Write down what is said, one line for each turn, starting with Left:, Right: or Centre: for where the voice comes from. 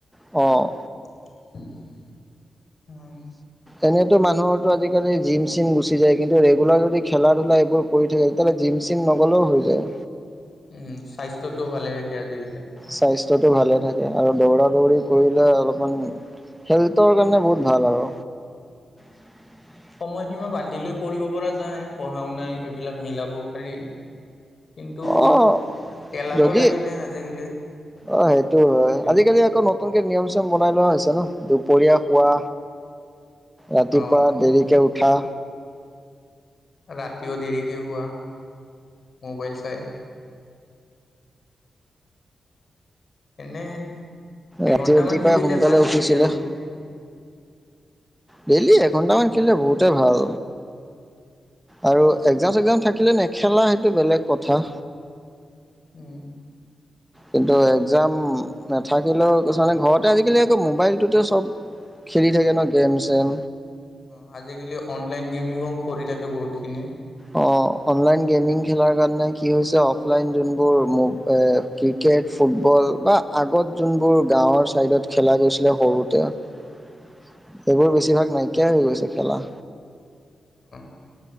Centre: অঁ।
Left: <unintelligible>
Centre: এনেতো মানুহৰটো আজিকালি জিম চিম গুচি যায় কিন্তু ৰেগুলাৰ যদি খেলা ধূলা এইবোৰ কৰি থাকে তেতিাহ'লে জিম চিম নগ'লেও হৈ যায়।
Left: উম স্বাস্থ্যটোও ভালে থাকে আজিকালি।
Centre: স্বাস্থ্যটো ভালে থাকে আৰু দৌৰা দৌৰি কৰিলে অলপমান হেল্থৰ কাৰণে বহুত ভাল আৰু। <inaudible>
Left: সময়সীমা বান্ধি লৈ কৰিব পৰা যায়, পঢ়া-শুনা এইবিলাক মিলাব পাৰি। কিন্তু
Centre: অ'
Left: এলাহো
Centre: যদি।
Left: লাগেনে আজিকালি
Centre: অ সেইটো
Left: বহুতখিনি
Centre: হয় আজিকালি আকৌ নত নতুনকে নিয়ম চিয়ম বনাই লোৱা হৈছে ন, দুপৰীয়া শুৱা, ৰাতিপুৱা
Left: অ'।
Centre: দেৰিকে উঠা।
Left: ৰাতিও দেৰিকে শুৱা মোবাইল চাই। এনেই এঘণ্টামান
Centre: ৰাতি ৰাতিপুৱাই
Left: খেলিলে
Centre: সোনকালে
Left: ভাল ডেইলি
Centre: উঠিছিলে
Left: আৰু।
Centre: ডেইলি এঘণ্টামান খেলিলে বহুতে ভাল। আৰু একজাম-চগজাম থাকিলে নেখেলা সেইটো বেলেগ কথা।
Left: উম।
Centre: কিন্তু এক্সাম নাথাকিলেও কিছুমানে ঘৰতে আজিকালি আকৌ মোবাইলটোতে চব খেলি থাকে ন গেম-চেম।
Left: অঁ আজিকালি অনলাইন গেমিঙো কৰি থাকে বহুতখিনি।
Centre: অ অনলাইন গেমিং খেলাৰ কাৰণে কি হৈছে অফলাইন যোনবোৰ ম ক্ৰিকেট, ফুটবল বা আগত যোনবোৰ গাঁৱৰ ছাইডত খেলা গৈছিলে সৰুতে। এইবোৰ বেছিভাগ নাইকিয়াই হৈ গৈছে খেলা।
Left: উ